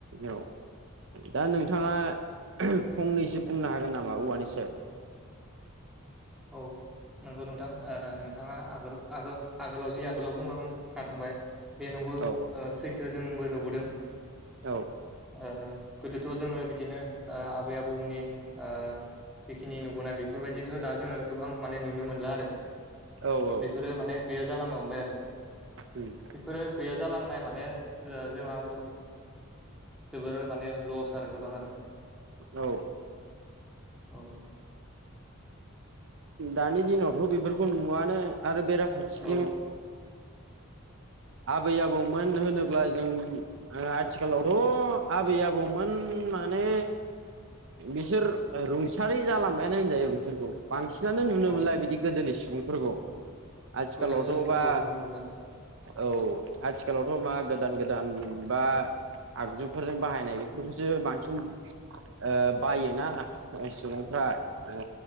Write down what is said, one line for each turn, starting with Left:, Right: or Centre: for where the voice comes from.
Right: औ दा नोंथाङा फंनैसो बुंनो हागोन नामा औवानि सायाव?
Centre: औ नंगौ नोंथां ओ नोंथाङा आगोल आगोलाव जि आगोलाव बुंलांना थांबाय बे नंगौ
Right: औ
Centre: ओ सैथो जोंबो नुबोदों
Right: औ
Centre: ओ ओ गोदोथ' जोङो बिदिनो ओ आबै आबौमोननि ओ जिखिनि नुबोनाय बेफोरबायदिथ' दा जोङो गोबां माने नुनो मोनला आरो
Right: औ औ
Centre: बेफोरो माने गैया जालांनो हमबाय आरो
Right: उम
Centre: बेफोरो गैया जालांनाय माने जोंहा ओ बेफोरो माने लस आरो गोबां आरो
Right: औ
Centre: औ
Right: दानि दिनावथ' बेफोरखौ नुआनो आरो बेराफारसेथिं
Centre: औ
Right: आबै आबौमोन होनोब्ला जों आथिखालावथ' आबै आबौमोन माने बिसोर रुंसारि जालांबायानो होनजायो बिसोरखौ बांसिनानो नुनो
Centre: औ
Right: मोनला बिदि गोदोनि सुबुंफोरखौ आथिखालावथ'
Centre: गोदोनि सुबुंफोरखौ
Right: बा
Centre: नुनो मोनला
Right: औ आथिखालावथ' मा गोदान गोदान बा आगजुफोरजों बाहायनाय बेफोरखौसो बांसिन ओ बायोना सुबुंफ्रा ओ